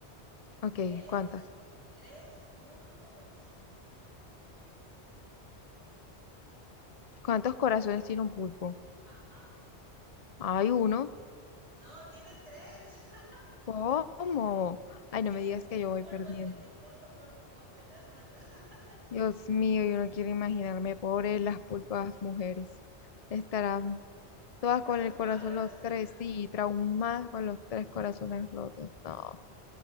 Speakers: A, on the left (about 40°); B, on the right (about 85°).
A: Ok,
B: ¿Tres?
A: ¿cuántas?
B: ¿Tres? ¿Uno o dos?
A: ¿Cuántos corazones tiene un pulpo?
B: Ajá.
A: Hay uno.
B: No, tiene tres. <laughs>
A: ¿Cómo? Ay,
B: Es
A: no
B: que,
A: me digas
B: pu-
A: que
B: es
A: yo
B: que
A: voy
B: pulpo
A: perdiendo.
B: es, el, el pulpo es peor que un hombre, ¿te das cuenta? <laughs>
A: Dios mío, yo no quiero imaginarme, pobres las pulpas mujeres. Estarán todas
B: Traumadas.
A: con el corazón los tres, sí, traumadas con los tres corazones rotos. No.